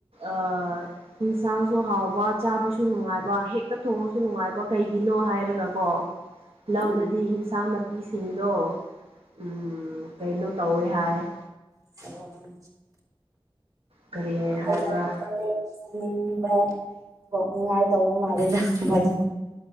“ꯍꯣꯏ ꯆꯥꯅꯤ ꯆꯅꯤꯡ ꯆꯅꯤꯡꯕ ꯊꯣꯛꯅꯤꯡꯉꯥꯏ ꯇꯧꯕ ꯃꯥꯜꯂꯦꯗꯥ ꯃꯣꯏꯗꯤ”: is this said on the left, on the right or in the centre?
Right